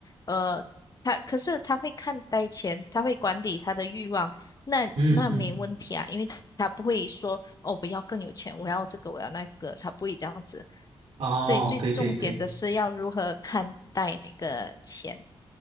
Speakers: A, on the left; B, on the right.
A: 呃，他可是他会看待钱，他会管理他的欲望，那那没问题啊，
B: 嗯嗯，
A: 因为他不会说哦，我要更有钱，我要这个，我要那个，他不会这样子。
B: 哦，
A: 所以最重点的是要如何看待那个钱。
B: 对对对。